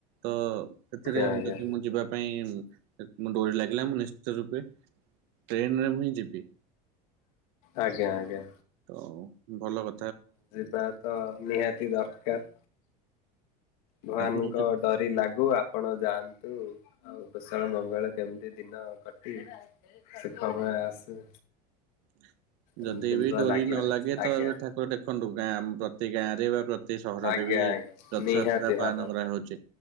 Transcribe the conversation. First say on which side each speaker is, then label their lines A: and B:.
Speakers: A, on the right; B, on the left.
A: ତ ସେଥିରେ
B: ଆଜ୍ଞା ଆଜ୍ଞା
A: ଯଦି ମୁଁ ଯିବା ପାଇଁ ମୋ ଡୋରି ଲାଗିଲା ମୁଁ ନିଶ୍ଚିତ ରୂପେ ଟ୍ରେନରେ ମୁହିଁ ଯିବି।
B: ଆଜ୍ଞା-ଆଜ୍ଞା।
A: ତ ଭଲ କ
B: ଯିବା ତ ନିହାତି ଦରକାର। ଭବାନଙ୍କ
A: ଆପଣ ଯଦି
B: ଡରି ଲାଗ୍ ଗୁ, ଆପଣ ଯାଆନ୍ତୁ ଆଉ କୁଶଳ ମଙ୍ଗଳ କେମିତି ଦିନ କଟି ସେ <unintelligible> ଆସୁ।
A: <inaudible> ଯଦି
B: ଏମିତି
A: ବି
B: ତ
A: ଡୋରି
B: ଲାଗି
A: ନ
B: ରହିଛି
A: ଲାଗେ
B: ଆଜ୍ଞା।
A: ତ ଠାକୁର ଦେଖନ୍ତୁ ଗାଁଆ ପ୍ରତି ଗାଆଁରେ ବା ପ୍ରତି ଏ ସହରରେ
B: ଆଜ୍ଞା
A: ବି
B: ଆଜ୍ଞା
A: ରଥଯାତ୍ରା
B: ନିହାତି
A: ପାଳନ
B: ଭାବରେ
A: କରାହଉଛି